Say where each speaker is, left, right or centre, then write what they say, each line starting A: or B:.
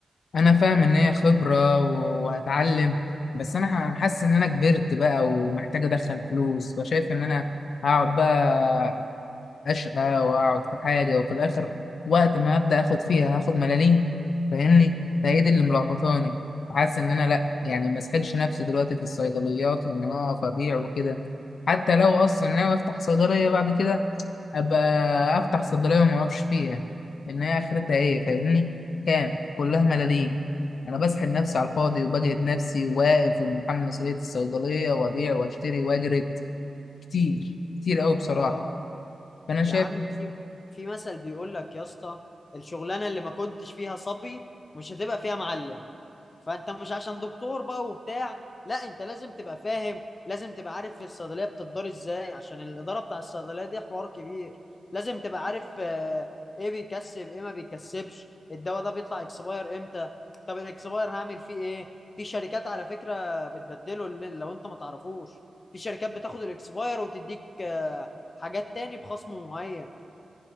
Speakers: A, on the left; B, on the left.
A: انا فاهم ان هي خبره و- وهتعلم بس انا ح- حاسس ان انا كبرت بقى ومحتاج ادخل فلوس فشايف ان انا هقعد بقى أشقى وأقعد في حاجة وفي الآخر وقت ما أبدأ آخد فيها هاخد ملاليم فاهمني فهي دي اللي ملخبطاني حاسس إن أنا لأ يعني مسحلش نفسي دلوقتي في الصيدليات وإن أنا أقف أبيع وكده حتى لو أصلا ناوي أفتح صيدلية بعد كده أبقى أفتح صيدلية وما أقفش فيها لأن هي آخرتها إيه فاهمني كام كلها ملاليم أنا بسحل نفسي على الفاضي وبجهد نفسي واقف ومتحمل مسؤولية الصيدلية وأبيع وأشتري وأجرد كتير كتير أوي بصراحة
B: اه
A: فأنا شايف
B: يا عم في في مثل بيقول لك يا اسطى الشغلانه اللي ما كنتش فيها صبي مش هتبقى فيها معلم فانت مش عشان دكتور بقى وبتاع لا انت لازم تبقى فاهم لازم تبقى عارف الصيدليه بتدار ازاي عشان الاداره بتاع الصيدليه دي حوار كبير لازم تبقى عارف آه، ايه بيكسب ايه ما بيكسبش الدواء ده بيطلع اكسباير امتى طب الاكسباير هعمل فيه ايه في شركات على فكره بتبدله ل- لو انت ما تعرفوش في شركات بتاخد الاكسباير وتديك آه، حاجات تاني بخصم معين